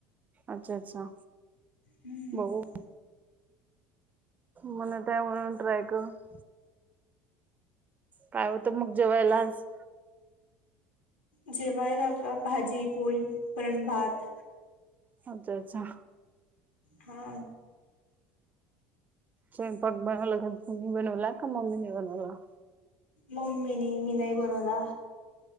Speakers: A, on the right; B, on the left.
A: अच्छा, अच्छा
B: हम्म
A: बघु. मला टॅन म्हणून ट्रॅयक <inaudible> काय होतं मग जेवायला आज?
B: जेवायला का भाजी, पोळी, वरणभात.
A: नंतरचा.
B: हा!
A: स्वयंपाक बनवला का, तुनी बनवला का मम्मीने बनवला.
B: मम्मी नी, मी नाही बनवला.